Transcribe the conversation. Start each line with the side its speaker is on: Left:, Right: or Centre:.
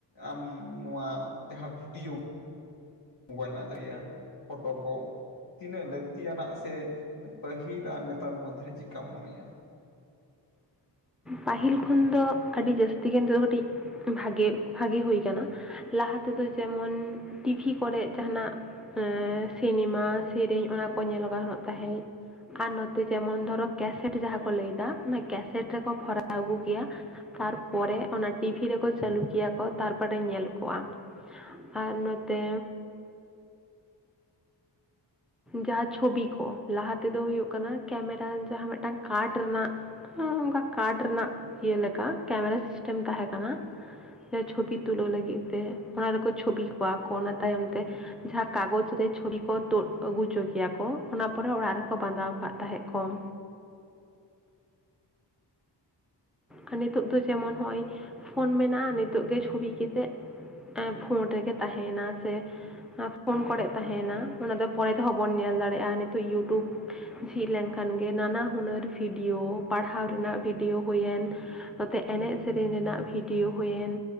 Left: ᱟᱢ, ᱱᱚᱣᱟ ᱡᱟᱦᱟᱸ ᱵᱷᱤᱰᱤᱭᱳ ᱢᱳᱵᱟᱭᱤᱞ ᱨᱮᱱᱟᱜ <inaudible> ᱯᱷᱚᱴᱚ ᱠᱚ ᱛᱤᱱᱟᱹᱜ ᱞᱟᱹᱠᱛᱤᱭᱟᱱᱟᱜ ᱥᱮ ᱯᱟᱹᱦᱤᱞ ᱟᱨ ᱱᱮᱛᱟᱨ ᱢᱚᱫᱽᱫᱷᱮ ᱨᱮ ᱪᱮᱫᱠᱟᱢ ᱢᱚᱱᱮᱭᱟ᱾
Centre: ᱯᱟᱹᱦᱤᱞ ᱠᱷᱚᱱ ᱫᱚ ᱟᱹᱰᱤ ᱡᱟᱹᱥᱛᱤ ᱜᱮ ᱱᱤᱛᱚᱜ ᱠᱟᱹᱴᱤᱡ ᱵᱷᱟᱜᱮ ᱵᱷᱟᱜᱮ ᱦᱩᱭ ᱠᱟᱱᱟ᱾ ᱞᱟᱦᱟ ᱛᱮᱫᱚ ᱡᱮᱢᱚᱱ ᱴᱤᱵᱷᱤ ᱠᱚᱨᱮᱜ ᱡᱟᱦᱟᱱᱟᱜ ᱮᱸ ᱥᱤᱱᱮᱢᱟ ᱥᱮᱨᱮᱧ ᱚᱱᱟ ᱠᱚ ᱧᱮᱞᱚ ᱜᱟᱱᱚᱜ ᱛᱟᱦᱮᱸᱫ ᱟᱨ ᱱᱚᱛᱮ ᱡᱮᱢᱚᱱ ᱫᱷᱚᱨᱚ ᱠᱮᱥᱮᱴ ᱡᱟᱦᱟᱸ ᱠᱚ ᱞᱟᱹᱭᱫᱟ ᱚᱱᱟ ᱠᱮᱥᱮᱴ ᱨᱮᱠᱚ ᱵᱷᱚᱨᱟᱣ ᱟᱹᱜᱩ ᱠᱮᱭᱟ ᱛᱟᱨᱯᱚᱨᱮ ᱚᱱᱟ ᱴᱤᱵᱷᱤ ᱨᱮᱠᱚ ᱪᱟᱹᱞᱩ ᱠᱮᱭᱟ ᱠᱚ ᱛᱟᱨᱯᱚᱨᱮ ᱧᱮᱞ ᱠᱚᱣᱟᱢ ᱟᱨ ᱱᱚᱛᱮ ᱡᱟᱦᱟᱸ ᱪᱷᱚᱵᱤ ᱠᱚ ᱞᱟᱦᱟ ᱛᱮᱫᱚ ᱦᱩᱭᱩᱜ ᱠᱟᱱᱟ, ᱠᱮᱢᱮᱨᱟ ᱡᱟᱦᱟᱸ ᱢᱮᱫᱴᱟᱝ ᱠᱟᱴ ᱨᱮᱱᱟᱜ ᱚᱱᱠᱟ ᱠᱟᱴ ᱨᱮᱱᱟᱜ ᱤᱭᱟᱹ ᱞᱮᱠᱟ ᱠᱮᱢᱮᱨᱟ ᱥᱤᱥᱴᱮᱢ ᱛᱟᱦᱮᱸ ᱠᱟᱱᱟ᱾ ᱥᱮ ᱪᱷᱚᱵᱤ ᱛᱩᱞᱟᱹᱣ ᱞᱟᱹᱜᱤᱫ ᱛᱮ ᱚᱱᱟ ᱨᱮᱠᱚ ᱪᱷᱚᱵᱤ ᱠᱚᱣᱟ ᱠᱚ ᱚᱱᱟ ᱛᱟᱭᱚᱢ ᱛᱮ ᱡᱟᱦᱟᱸ ᱠᱟᱜᱡᱽ ᱨᱮ ᱪᱷᱩᱨᱤ ᱠᱚ ᱛᱳᱫ ᱟᱹᱜᱩ ᱪᱚ ᱠᱮᱭᱟ ᱠᱚ, ᱚᱱᱟ ᱯᱚᱨᱮ ᱚᱲᱟᱜ ᱨᱮᱠᱚ ᱵᱟᱸᱫᱟᱣ ᱟᱠᱟᱫ ᱛᱟᱦᱮᱸᱫ ᱠᱚᱢ ᱟᱨ ᱱᱤᱛᱚᱜ ᱫᱚ ᱡᱮᱢᱚᱱ ᱦᱚᱜᱼᱚᱭ ᱯᱷᱳᱱ ᱢᱮᱱᱟᱜᱼᱟ, ᱱᱤᱛᱚᱜ ᱜᱮ ᱠᱮᱛᱮᱜ ᱮ ᱯᱷᱳᱸᱴ ᱨᱮᱜᱮ ᱛᱟᱦᱮᱭᱱᱟ ᱥᱮ ᱯᱷᱳᱱ ᱠᱚᱨᱮᱜ ᱛᱟᱦᱮᱱᱟ, ᱚᱱᱟ ᱫᱚ ᱯᱚᱨᱮ ᱛᱮᱦᱚᱸ ᱵᱚᱱ ᱧᱮᱞ ᱫᱟᱲᱮᱭᱟᱜᱼᱟ, ᱱᱤᱛᱚᱜ ᱤᱭᱩᱴᱩᱵᱽ ᱡᱷᱤᱡ ᱞᱮᱱᱠᱷᱟᱱ ᱜᱮ ᱱᱟᱱᱟ ᱦᱩᱱᱟᱹᱨ ᱵᱷᱤᱰᱤᱭᱳ ᱯᱟᱲᱦᱟᱣ ᱨᱮᱱᱟᱜ ᱵᱷᱤᱰᱭᱳ ᱦᱩᱭᱮᱱ ᱱᱚᱛᱮ ᱮᱱᱮᱡᱽ ᱥᱮᱨᱮᱧ ᱨᱮᱱᱟᱜ ᱵᱷᱤᱰᱭᱳ ᱦᱩᱭᱮᱱ